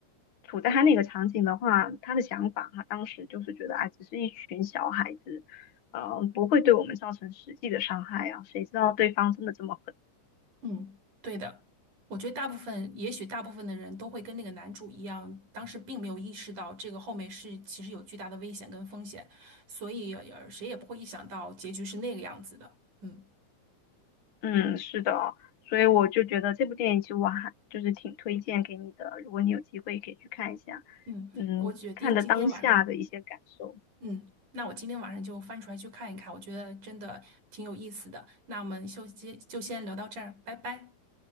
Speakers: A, on the left (about 45°); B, on the right (about 80°).
A: 处在他那个场景的话，他的想法哈，当时就是觉得，哎，只是一群小孩子，嗯，不会对我们造成实际的伤害啊。谁知道对方真的这么狠？
B: 嗯，对的，我觉得大部分，也许大部分的人都会跟那个男主一样，当时并没有意识到这个后面是其实有巨大的危险跟风险，所以呃谁也不会意想到结局是那个样子的。嗯
A: 嗯，是的哦，所以我就觉得这部电影其实我还就是挺推荐给你的，如果你有机会可以去看一下，
B: 嗯，
A: 嗯，
B: 我决定今天晚上，
A: 看的当下的一些感受。
B: 嗯，那我今天晚上就翻出来去看一看，我觉得真的挺有意思的。那我们就先就先聊到这儿，拜拜。